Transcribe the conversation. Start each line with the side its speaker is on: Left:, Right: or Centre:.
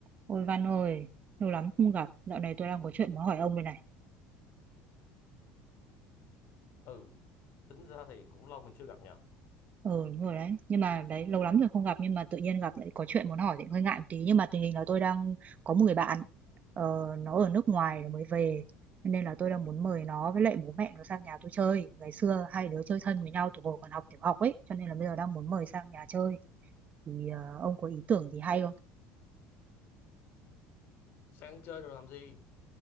Right: Ôi Văn ơi, lâu lắm không gặp, dạo này tôi đang có chuyện muốn hỏi ông đây này.
Left: ừ tính ra thì cũng lâu mình chưa gặp nhờ
Right: Ừ, đúng rồi đấy, nhưng mà đấy, lâu lắm rồi không gặp nhưng mà tự nhiên gặp lại có chuyện muốn hỏi thì hơi ngại một tí. Nhưng mà tình hình là tôi đang có một người bạn, ờ, nó ở nước ngoài rồi mới về. Cho Nên là tôi đang muốn mời nó với lại bố mẹ nó sang nhà tôi chơi. Ngày xưa hai đứa chơi thân với nhau từ hồi còn học tiểu học ấy, cho nên là bây giờ đang muốn mời sang nhà chơi. Thì ờ, ông có ý tưởng gì hay không?
Left: Sang chơi rồi làm gì